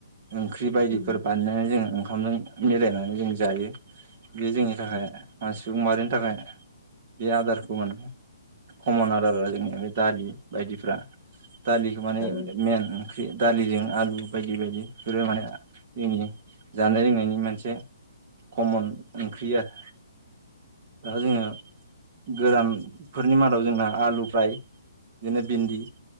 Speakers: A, on the right; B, on the left.
A: ओंख्रि बायदिफोर
B: उम
A: बानायनानै जोङो ओंखामजों मिलायनानै जों जायो बे जोंनि थाखाय सुबुं माहारिनि थाखाय बे आदारखौ मोन कमन आदारा जोंनिया बे दालि बायदिफ्रा दालिखौ माने
B: ओं उम अ
A: मेइेन ओंख्रि दालिजों आलु बायदि बायदि फोर माने दि जानाय लोंनायनि मोनसे कमन ओंख्रि आरो दा जोङो गोरानफोरनि मादाव जोंना आलु फ्राय बिदिनो भिन्दि